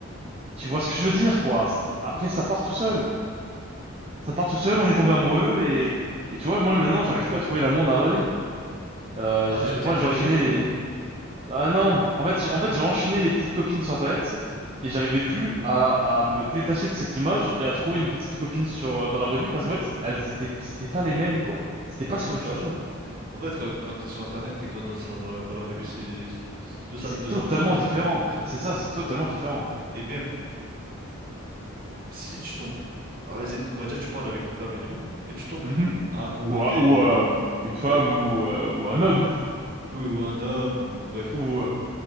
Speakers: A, on the right; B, on the right.
A: tu vois ce que je veux dire, quoi. C- Après, ça part tout seul. Ça part tout seul, on est tombé amoureux et, et tu vois, moi maintenant, j'arrive plus à trouver l'amour dans la vraie vie. Euh,
B: Ah,
A: j'ai-
B: parce que t'es
A: moi,
B: plus
A: j'ai
B: avec
A: enchaîné
B: elle, du coup?
A: les. Ah non, en fait, j'ai en fait, j'ai enchaîné les petites copines sur Internet et j'arrivais plus à, à me détacher de cette image et à trouver une petite copine sur euh, dans la vraie vie parce qu'en fait, elles étaient, c'était pas les mêmes, quoi. C'était
B: Bah,
A: pas ce que
B: bah
A: je cherchais.
B: non. En fait, quand, quand t'es sur Internet, t'es quand dans, dans la dans la vraie vie, c'est c'est deux salles,
A: C'est
B: deux
A: totalement
B: ambiances, entre
A: différent.
B: guillemets.
A: Ben, C'est ça, c'est totalement différent.
B: Et même... si tu tombes, bah, vas-y, on va dire que tu parles avec une femme et tout, et tu tombes
A: <laughs>
B: amoureux
A: ou,
B: d'elle
A: un- ou
B: ou,
A: euh, une
B: ou
A: femme
B: même,
A: ou, euh, ou un homme
B: oui, ou un homme, ou
A: <laughs>
B: bref.
A: ou euh,